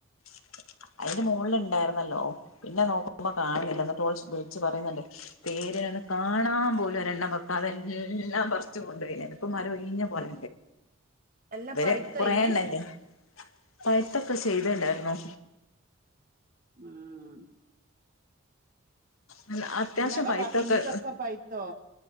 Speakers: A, on the left; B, on the right.
A: <inaudible> അതിന് മുകളിൽ ഇണ്ടായിരുന്നല്ലോ പിന്നെ നോക്കുമ്പോ കാണില്ല എന്നിട്ട് വിളിച്ച് പറയുന്നുണ്ട് പേര്ണ് കാണാൻ പോലും ഒരെണ്ണം വക്കാതെ എല്ലാം പറിച്ചു കൊണ്ടോയി എന്നിട്ട് ഇപ്പൊ മരം ഒഴിഞ്ഞ പോലെ
B: എല്ലാം
A: ഇതെരെ
B: പഴുത്തോ
A: കൊറെണ്ടായിനിലെ
B: അയിന്
A: പഴ്ത്തൊക്കെ ചെയ്തുണ്ടായിരുന്നു
B: ഉം
A: നല്ല അത്യാവശ്യം
B: എല്ലാ അപ്പൊ
A: പഴുത്തൊക്കെ
B: ആ പിഞ്ചൊക്കെ പഴ്ത്തോ